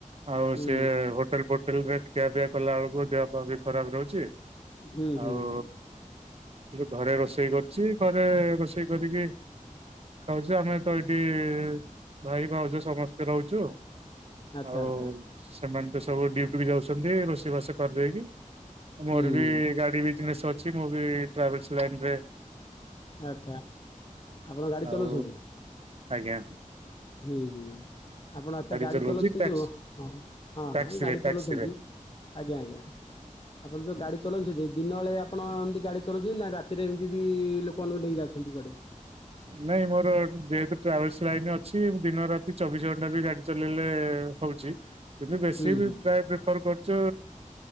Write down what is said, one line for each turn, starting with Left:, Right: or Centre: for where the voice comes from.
Right: ଆଉ
Left: ହୁଁ
Right: ସେ ହୋଟେଲ ଫୋଟେଲରେ ଖିଆପିଆ କଲା ବେଳକୁ ଦେହ ପାହା ବି ଖରାପ ରହୁଛି
Left: ହୁଁ ହୁଁ
Right: ଆଉ
Left: ହୁଁ।
Right: ସେ ଘରେ ରୋଷେଇ କରୁଛି ଘରେ ରୋଷେଇ କରିକି ଖାଉଛି ଆମେ ତ ଏଇଠି ଭାଇ ଭାଉଜ ସମସ୍ତେ ରହୁଛୁ।
Left: ଆଚ୍ଛା
Right: ଆଉ
Left: ଆଚ୍ଛା
Right: ସେମାନେ ତ ସବୁ ଡିଉଟି ବି ଯାଉଛନ୍ତି ରୋଷେଇବାସ କରିଦେଇକି। ମୋର
Left: ହୁଁ ହୁଁ
Right: ବି ଗାଡି ବିଜନେସ୍ ଅଛି ମୁଁ ବି ଟ୍ରାଭେଲସ ଲାଇନରେ
Left: ଆଛା ଆପଣ ଗାଡି
Right: ଆଉ
Left: ଚଲାଉଛନ୍ତି?
Right: ଆଜ୍ଞା।
Left: ହୁଁ ହୁଁ ଆପଣ ଆଚ୍ଛା ଗାଡି
Right: ଚଲଉଛି
Left: ଚଲାଉଛନ୍ତି
Right: ଟ୍ୟାକ୍ସି
Left: ଯୋଉ ହଁ ହଁ
Right: ଟ୍ୟାକ୍ସିରେ
Left: ହଁ ଗାଡି
Right: ଟ୍ୟାକ୍ସିରେ
Left: ଚଲଉଛନ୍ତି ଆଜ୍ଞା ଆଜ୍ଞା ଆପଣ ଯୋଉ ଗାଡି ଚଲାଉଛନ୍ତି ଦିନ ବଳେ ଆପଣ ଏମିତି ଗାଡ଼ି ଚଳଉଛନ୍ତି ନା ରାତିରେ ଏମିତି ବି ଲୋକମାନଙ୍କୁ ନେଇ ଯାଉଛନ୍ତି କୁଆଡେ
Right: ନାଇଁ ମୋର ଯେହେତୁ ଟ୍ରାଭେଲ୍ସ ଲାଇନ ଅଛି ଦିନ ରାତି ଚବିଶି ଘଣ୍ଟା ବି ଗାଡି ଚଲେଇଲେ ହଉଛି କିନ୍ତୁ ବେଶୀ
Left: ହୁଁ ହୁଁ
Right: ପ୍ରାୟ ପ୍ରିଫର କରୁଛୁ